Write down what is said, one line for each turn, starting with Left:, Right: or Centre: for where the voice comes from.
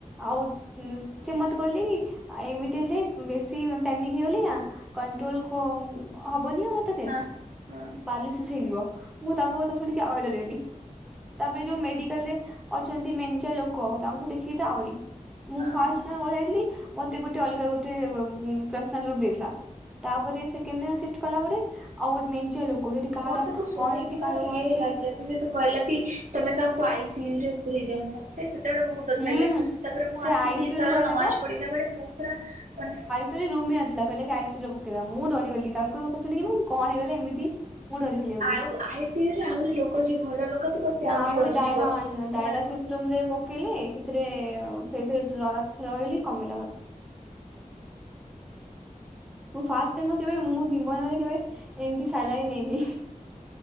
Centre: ଆଉ ଉଁ ସେ ମତେ କହିଲେ କି ଏମିତି ହେଲେ ବେଶୀ ପ୍ୟାନିକ ହେଇଗଲେ ନା କଣ୍ଟ୍ରୋଲ ଖୋ ହବନି ଅଉ ଏତେ ଦିନ।
Right: ହଁ ହଁ
Centre: ପାରାଲିସିସ ହେଇଯିବ ମୁଁ ତାଙ୍କ କଥା ଶୁଣିକି ଆଉରି ଡରିଗଲି। ତାପରେ ଯୋଉ ମେଡିକାଲ ରେ ଅଛନ୍ତି ମେନ୍ଚେ ଲୋକ କ ତାଙ୍କୁ ଦେଖିକି ତ ଆହୁରି ମୁଁ
Right: ହଁ।
Centre: ଫାଷ୍ଟ ଯାଇଥିଲି। ମତେ ଗୋଟେ ଅଲଗା ଗୋଟେ ପର୍ସନାଲ ରୁ ଦେଇଥିଲା। ତାପରେ ସେକେଣ୍ଡ ସିପ୍ଟିଫ୍ କଲା ପରେ ଆଉ ଗୋଟେ ମେନ୍ଚେ ଲୋକ ସେଠି କାହାର
Right: ମତେ ସୁ ଶୁଣିକି
Centre: କଣ ହେଇଛି
Right: ମାନେ
Centre: କାହାର କଣ
Right: ଇଏ
Centre: ହେଇଛି
Right: ଲାଗିଲା ସେତ କହିଲା କି ତମେ ତାଙ୍କୁ ଆଇ ସିୟୁ ରେ ପୁରେଦିଅ ମୁ ସେତେବେଳେ ବହୁତ
Centre: ହୁଁ
Right: ଡର ଲାଗିଲା ତାପରେ ମୁଁ
Centre: ସେ
Right: ଆସିକି
Centre: ଆଇସିୟୁ
Right: ଇସାର
Centre: ରୁ କହିଲା
Right: ନମାଜ
Centre: ପା
Right: ପଢିଲା ବେଳେ ମୁଁ ପୁରା ମାନେ
Centre: ସେ ରୁମି ନଥିଲା କହିଲେ ଆଇସିୟୁ ପକେଇଦବା ମୁଁ ଡରି ଗଲି ତାଙ୍କ କଥା ଶୁଣିକି ମୁ କଣ ହେଇଗଲି ଏମିତି ମୁଁ ଡରିଗଲି ଆହୁରି
Right: ଆଉ ଆଇ ସୟୁ ରେ ଆହୁରି ଲୋକ ଯିଏ ଭଲ ଲୋକ ଥିବ ସିଏ
Centre: ନା
Right: ଆହୁରି
Centre: ଆ ଗୋଟେ
Right: ଡରିଯିବ।
Centre: ଡହା
Right: ସେମାନଙ୍କ
Centre: ଡାଇଲାସିସ୍ ରୁମ ରେ ପ ପକେଇଲେ ସେଥିରେ ସେଇଥିରେ ରହିଲି କମିଲା ମତେ
Right: ହୁଁ
Centre: ମୁଁ ଫାଷ୍ଟ ଟାଇମ କେ ମୁଁ ଜୀବନରେ କେବେ ଏମତି ସାଲାଇନ୍ ନେଇନି।